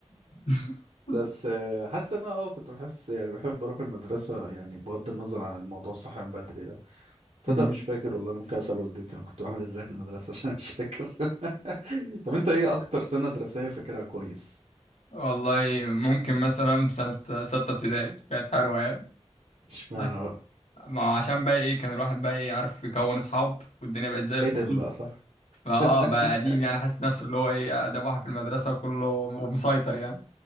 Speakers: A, on the left; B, on the right.
A: <laughs>
B: بس آه، حاسس ان انا اه كنت بحس يعني بحب اروح المدرسه يعني بغض النظر عن الموضوع الصحي من بدري ده تصدق
A: مم.
B: مش فاكر والله انا ممكن اسال والدتي انا كنت بعمل ازاي في المدرسه <laughs> عشان مش فاكر <laughs> طب انت ايه اكتر سنه دراسيه فاكرها كويس
A: والله ممكن مثلا في سنة ستة ابتدائي كانت حلوة يعني
B: اشمعنى
A: عش-
B: بقى
A: ما هو عشان بقى ايه كان الواحد بقى ايه عارف يكون اصحاب والدنيا بقت زي الفل
B: ادم بقى صح
A: فاه
B: <laughs>
A: بقى قديم يعني حاسس نفسه اللي هو ايه اقدم واحد في المدرسة وكله ومسيطر يعني